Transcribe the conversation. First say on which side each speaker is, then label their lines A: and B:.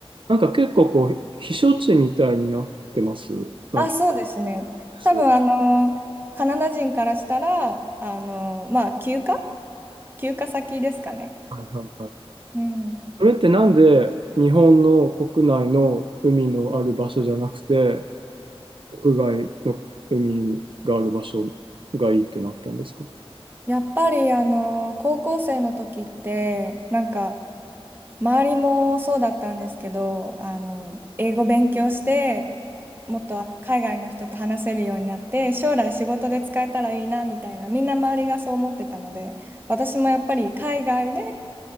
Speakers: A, on the right; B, on the right.
A: なんか結構こう、避暑地みたいになってます。なんか
B: あ、そうですね。
A: ですよ。
B: 多分、あの、カナダ人からしたら、あの、まあ、休暇休暇先ですかね。
A: はいはいはい。
B: うん。
A: それってなんで日本の国内の海のある場所じゃなくて、国外の海がある場所がいいってなったんですか
B: やっぱりあの高校生の時ってなんか周りもそうだったんですけどあの英語勉強してもっとあの海外の人と話せるようになって将来仕事で使えたらいいなみたいなみんな周りがそう思ってたので私もやっぱり海外で、